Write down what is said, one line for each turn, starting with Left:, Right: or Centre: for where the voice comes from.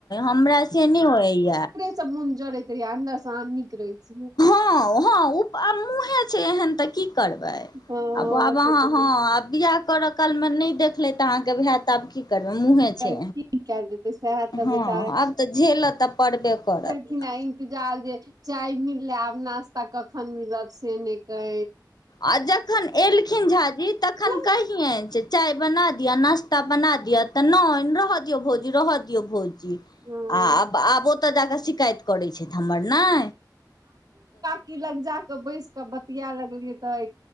Left: हमरा से नहि होइया
Right: सब मन जरैत रहहि अन्दर सऽ आहाँ नीक रहैत छी
Left: हँ आब मुँहे छै एहन तऽ की करब
Right: हँ
Left: ह
Right: से तऽ
Left: बियाह करऽ काल मे नहि देखलेत अहाँके भयत आब कि करम मुँहे
Right: की
Left: छै।
Right: कर की कयल जेतै सएह तऽ
Left: हँ
Right: बेचारा
Left: आब तऽ झेलत तऽ पड़बे करत
Right: <unintelligible> इंतजार जे चाय मिलले, आब नाास्ता कखन मिलत से नहि कह
Left: आ जखन एलखिन झा जी तखन
Right: कोन
Left: कै केहन छै चाय बना दिअ नास्ता बना दिअ तऽ नहि रह दियऔ भौजी, रहऽ दियऔ भौजी
Right: हँ
Left: आ आब आब ओतऽ जा कऽ शिकायत करैत छथि हमर नय
Right: की लग जााक बैस कऽ बतिया लगलियै ते